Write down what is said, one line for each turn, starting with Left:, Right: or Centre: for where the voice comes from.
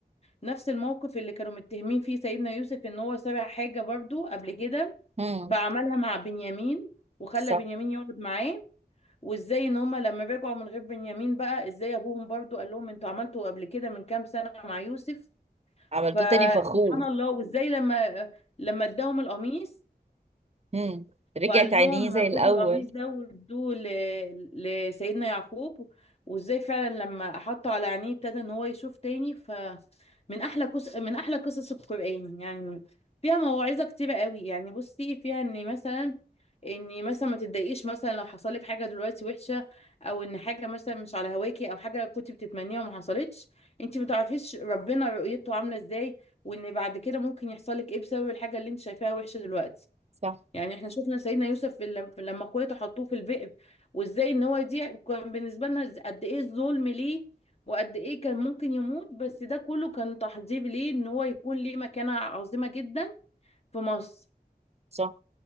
Left: نفس الموقف اللي كانوا متهمين فيه سيدنا يوسف ان هو سرق حاجة برضو قبل كده
Right: امم
Left: فعملها مع بنيامين وخلى
Right: صح
Left: بنيامين يقعد معاه وازاي ان هما لما رجعوا من غير بنيامين بقى ازاي ابوهم برضو قال لهم انتوا عملتوا قبل كده من كام سنة مع يوسف
Right: عملتوه
Left: فسبحان
Right: تاني فخور
Left: الله وازاي لما لما اداهم القميص
Right: امم رجعت
Left: وقال
Right: عينيه
Left: لهم
Right: زي الأول
Left: خدوا القميص ده وادوه ل... لسيدنا يعقوب وازاي فعلا لما حطه على عينيه ابتدى ان هو يشوف تاني ف من احلى قص... من احلى قصص القرآن يعني فيها مواعظة كتيرة قوي يعني بصي فيها ان مثلا ان مثلا ما تتضايقيش مثلا لو حصل لك حاجه دلوقتي وحشه او ان حاجه مثلا مش على هواكي او حاجه كنت بتتمنيها وما حصلتش انت ما تعرفيش ربنا رؤيته عامله ازاي وان بعد كده ممكن يحصل لك ايه بسبب الحاجه اللي انت شايفاها وحشه دلوقتي
Right: صح
Left: يعني احنا شفنا سيدنا يوسف في لم- في لما اخواته حطوه في البئر وازاي ان هو يضيع كان بالنسبه لنا ز- قد ايه الظلم ليه وقد ايه كان ممكن يموت بس ده كله كان تحضير ليه ان هو يكون ليه مكانه عظيمه جدا في مصر
Right: صح